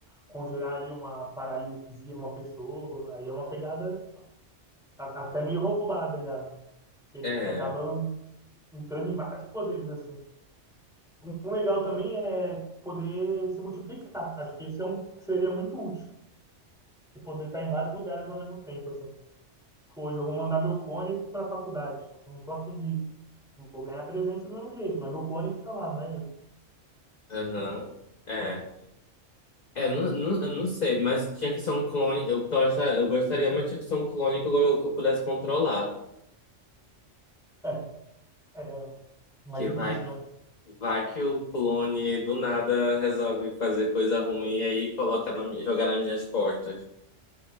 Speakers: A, in the centre; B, on the left (about 40°).
A: conjurar ali uma paralisia numa pessoa. Aí é uma pegada a- até meio roubada já, né? Que,
B: É,
A: que acaba entrando em vários poderes, assim. Um legal também é poder se multiplicar. Acho que esse é um que seria muito útil. Você poder estar em vários lugares ao mesmo tempo, assim. Hoje eu vou mandar meu cone para a faculdade. Não tô afim de ir. Vou ganhar a presença do mesmo jeito, mas meu cone que tá lá, não é eu.
B: aham, é. É, eu não, não- eu não sei, mas tinha que ser um clone. Eu, gosta- eu gostaria, mas tinha que ser um clone que eu, que eu pudesse controlar.
A: É, é é mais
B: Que
A: difícil,
B: vai, que-
A: né?
B: vai que o clone do nada resolve fazer coisa ruim e aí coloca na, minha- jogar nas minhas costas.